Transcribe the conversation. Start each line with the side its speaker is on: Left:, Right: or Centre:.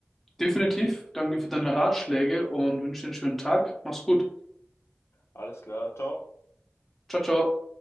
Centre: Definitiv. Danke für deine Ratschläge und wünsche dir einen schönen Tag. Mach's gut.
Left: Alles klar, ciao.
Centre: Ciao, ciao.